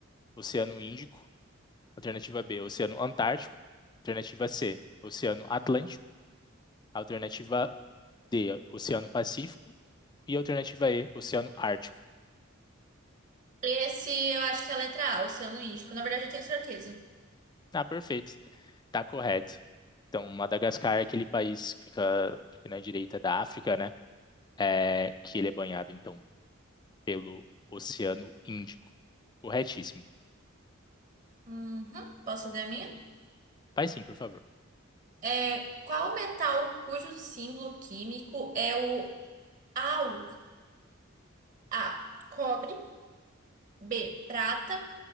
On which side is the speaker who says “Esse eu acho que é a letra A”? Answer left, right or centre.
Right